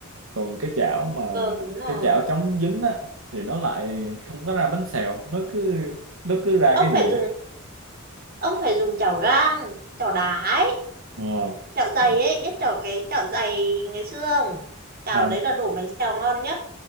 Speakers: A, on the right; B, on the right.
A: còn cái chảo mà
B: ờ đúng rồi
A: cái chảo chống dính á thì nó lại không có ra bánh xèo nó cứ nó cứ ra
B: ông
A: cái
B: phải
A: gì
B: dùng
A: á
B: ông phải dùng chảo gang chảo đá ấy
A: ờ
B: chảo dày
A: dạ
B: ấy biết chảo cái chảo dày ngày xưa không chảo
A: không
B: đấy là đổ bánh xèo ngon nhất